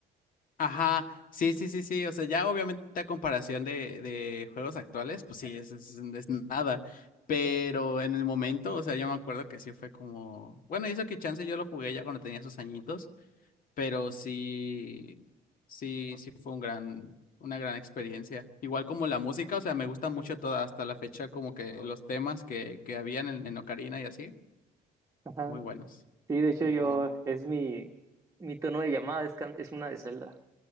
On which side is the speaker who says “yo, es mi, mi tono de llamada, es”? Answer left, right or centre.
Right